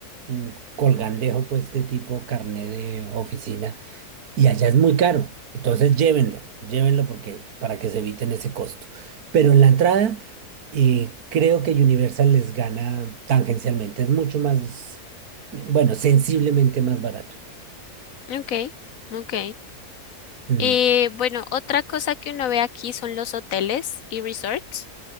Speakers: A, on the right; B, on the left.
A: mm, colgandejo, pues, de tipo carnet de oficina y allá es muy caro. Entonces llévenlo, llévenlo porque para que se eviten ese costo. Pero en la entrada eh, creo que Universal les gana tangencialmente. Es mucho más, eh, bueno, sensiblemente más barato.
B: Ok, ok.
A: Mm,
B: Y bueno, otra cosa que uno ve aquí son los hoteles y resorts.